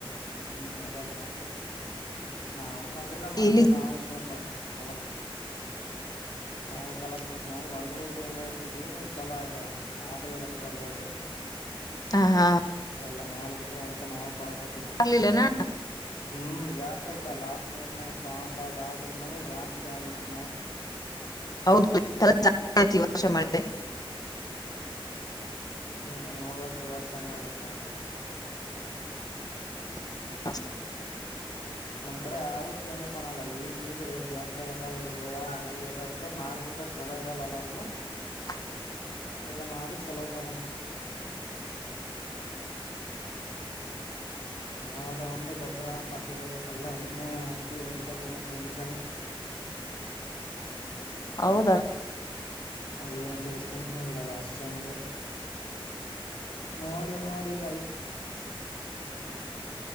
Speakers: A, on the left; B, on the left.
A: ಹ್ಮ್ ನಡಲ್ಲ ಮತ್ತೆ ನಾವು ಕಕೊಂಡಿಲ್ಲ ಮೊನ್ನೆ
B: ಇಲ್ಲಿ
A: ನಾವಲ್ಲಲ್ಲ ನಾವು ಕೆಲ ಸಿಗ್ ನಮ ಹೊಲ್ದೇ ಹೆಂಗ ಇರ್ತದ ಈಗ ಸಲ ಆಗ್ಲಿಲ್ಲಕ್ಕ ಸರಿಯಾಗಿ
B: ಹಾ ಹಾ
A: ಎಲ್ಲ ಮಾರಿಬಿಟ್ಟು ಅದಕ್ಕ ನಾವವು ಕಣಕತೀವಿ
B: ಿಲ್ಲನಾ
A: ಹ್ಮ್ ಜಾಸ್ತಿ ಆಯ್ತಾ ಲಾಸ್ಟ್ ಮಿನಿಟ್ನಾಗ ಶ್ರಾವಣ ದಾಡ್ ಆಾಟಿದ್ಮೇಲೆೆ ಜಾಸ್ತಿ ಆಗಿಬಿಟ್ ಮಳೆ
B: ಹೌದು ಜತಿ ವಶ ಮೆ
A: ಹ್ಮ ನೋಡ್ುವಕ್ ಈ ವರ್ಷ ಹೆಂಗಗತ್ತ ಅಂತ
B: ಹ
A: ನಮ್ ಕಡೆ ಯಾರು ಸೇಂಗಕಣಲ್ಲ ಈಗ ಈಗ ರೇಟ್ ಜಾಸ್ತಿ ಆಗತ್ತ ಹಳ ಹೂ ಇರದ ನ ಬಿಡ್ತ ಛಲೋ ಇರಲ್ಲಲ್ಲವು
B: <inaudible>
A: ಎಲ್ಲಾ ಮಾರಿ ಚಲೋ ತಗೊಂತ <inaudible> ಯಾವದ ಒಂದು ಗೊಬ್ಬ್ರ ಫರ್ಟಿಲೈಸರ್ಸ್ ಎಲ್ಲಾ ಎಣ್ಣೆ ಹಾಕಿ ಹೊಡಿತಾರೆ ಈಗ ಕೆಮಿಕಲ್
B: <inaudible> ಹೌದಾ
A: ಅವೇಏನು ಟೇಸ್ಟ್ನು ಇರಲ್ಲ ಅಷ್ಟ ಚಂದ ನೋಡಿ ನೋಡಿ ರೈತ